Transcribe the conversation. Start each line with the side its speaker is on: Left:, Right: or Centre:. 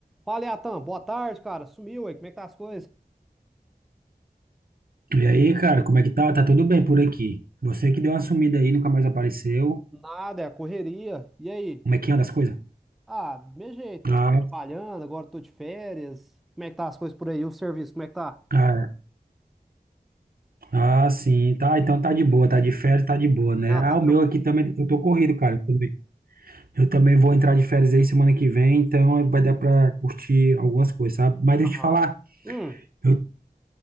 Centre: Fala, Atan, boa tarde, cara. Sumiu aí, como é que tá as coisas?
Right: E aí, cara, como é que tá? Tá tudo bem por aqui? Você que deu uma sumida aí, nunca mais apareceu.
Centre: Nada, é a correria. E aí?
Right: Como é que anda as coisas?
Centre: Ah, do mesmo jeito,
Right: Ah,
Centre: né? Só trabalhando, agora tô de férias. Como é que tá as coisas por aí? O serviço, como é que tá?
Right: ah, ah, sim, tá. Então tá de boa, tá de férias, tá de boa, né?
Centre: Ah,
Right: Ah,
Centre: tá tranquilo.
Right: o meu aqui também, eu tô corrido, cara. Eu também, eu também vou entrar de férias aí semana que vem, então vai dar pra curtir algumas coisas, sabe? Mas deixa
Centre: Aham.
Right: eu te falar,
Centre: Hum,
Right: eu